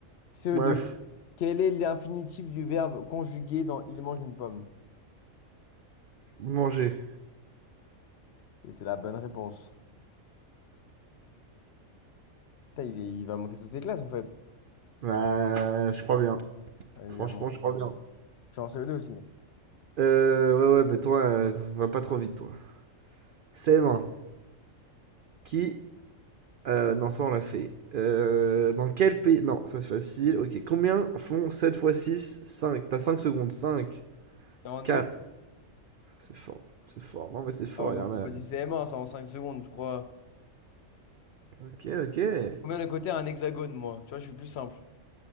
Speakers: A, on the left; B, on the right.
A: CE2.
B: Bref,
A: Quel est l'infinitif du verbe conjugué dans il mange une pomme?
B: manger.
A: Et c'est la bonne réponse. Putain, il, est- il va monter toutes les classes, en fait.
B: Bah, je crois bien.
A: Vas-y,
B: Franchement,
A: à moi.
B: je crois bien.
A: Je suis en CE2 aussi, là.
B: Heu, ouais, ouais, mais toi, heu, va pas trop vite toi. CM1, qui Heu, non, ça on l'a fait. Heu, dans quel pays non, ça c'est facile, OK. Combien font 7 fois six 5. T'as 5 secondes. Cinq.
A: 42?
B: Quatre. c'est fort, c'est fort. Non, mais c'est fort,
A: Ah, ouais, mais
B: il y en
A: c'est
B: a
A: pas du CM1, ça, en 5 secondes, je crois.
B: OK, OK.
A: Combien de côtés a un hexagone, moi? Tu vois, je suis plus simple.